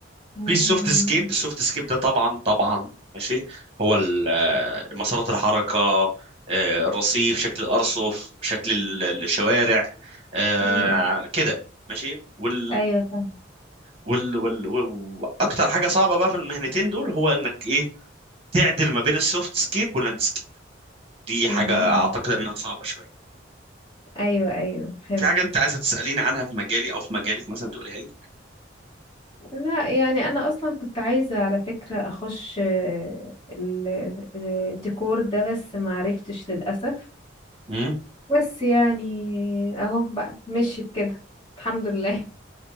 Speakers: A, on the left (about 25°); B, on the right (about 30°).
A: مم.
B: في السوفت سكيب السوفت سكيب ده طبعا طبعا ماشي هو ال- آه، مسارات الحركه آه، الرصيف شكل الارصف شكل ال- ال- الشوارع آه،
A: مم.
B: كده ماشي وال
A: ايوه فاهم
B: وال وال واكتر حاجه صعبه بقى في المهنتين دول هو انك ايه تعدل ما بين السوفت سكيب واللاندسكيب دي
A: مهم.
B: حاجه اعتقد انها صعبه شويه
A: ايوه ايوه فهمت
B: في حاجة أنت عايزة تسأليني عنها في مجالي أو في مجالك مثلا تقوليها لي
A: لا يعني انا اصلا كنت عايزة على فكرة اخش آه، ال- ال- الديكور ده بس ما عرفتش للأسف
B: مم؟
A: بس يعني اهو بقى مشيت كده الحمد لله